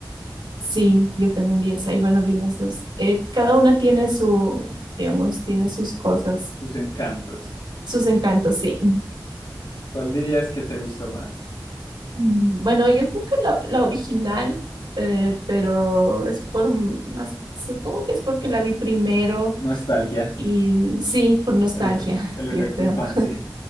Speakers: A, on the right; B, on the left.
A: Sí, yo también vi esa, y bueno, vi los dos. Eh, cada una tiene su, digamos, tiene sus cosas,
B: Sus Encantos.
A: sus encantos, sí.
B: ¿Cuál dirías que te gustó más?
A: Mm, Bueno, yo creo que la, la original, eh, pero es por m- más, supongo que es porque la vi primero
B: Nostalgia,
A: y sí, por nostalgia,
B: el, efe- el
A: yo
B: efecto
A: creo.
B: infancia.
A: <laughs>